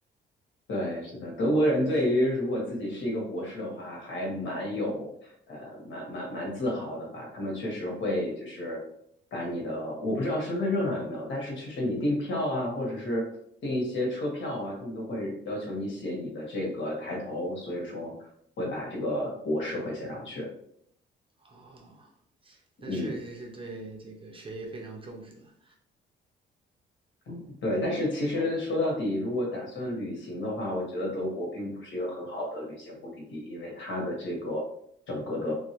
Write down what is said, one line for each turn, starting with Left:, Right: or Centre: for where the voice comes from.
Left: 对，是的，德国人对于如果自己是一个博士的话，还蛮有，呃，蛮蛮蛮自豪的吧。他们确实会就是把你的，我不知道身份证上有没有，但是确实你订票啊，或者是订一些车票啊，他们都会要求你写你的这个抬头，所以说会把这个博士会写上去。
Right: 哦，
Left: 嗯。
Right: 那确实是对这个学业非常重视了。
Left: 嗯，对，但是其实说到底，如果打算旅行的话，我觉得德国并不是一个很好的旅行目的地，因为它的这个整个的